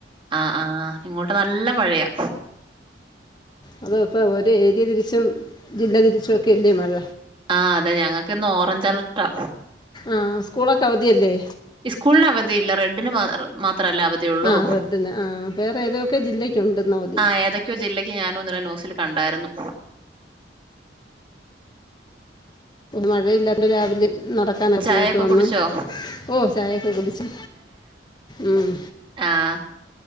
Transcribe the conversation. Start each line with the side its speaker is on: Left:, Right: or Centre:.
Right: ആഹ്, ആഹ് ഇങ്ങോട്ട് നല്ല മഴയാ.
Left: അത, ഇപ്പം ഒരു ഏരിയ തിരിച്ചും ജില്ല തിരിച്ചും ഒക്കെ ഇല്ലേ മഴ.
Right: ആഹ്, അതെ ഞങ്ങൾക്കിന്ന് ഓറഞ്ച് അലർട്ടാ.
Left: ആഹ്, സ്കൂളൊക്കെ അവധിയല്ലേ?
Right: ഇസ്കൂളിന് അവധിയില്ല. റെഡിന് മാ മാത്രല്ലേ അവധി. ധിയൊള്ളൂ
Left: ആ റെഡിന് ആ വേറെ ഏതൊക്കെ ജില്ലയ്ക്കുണ്ട് ഇന്ന് അവധി
Right: ആഹ്, ഏതൊക്കെയോ ജില്ലക്ക് ഞാനും ഇന്നലെ ന്യൂസിൽ കണ്ടായിരുന്നു.
Left: മഴയില്ലായിരുന്നു രാവിലെ. നടക്കാനെ
Right: ചായയൊക്കെ
Left: പോയിട്ട് വന്ന്.
Right: കുടിച്ചോ
Left: ഓഹ് ചായൊക്കെ കുടിച്ച്. ഉം
Right: ആഹ്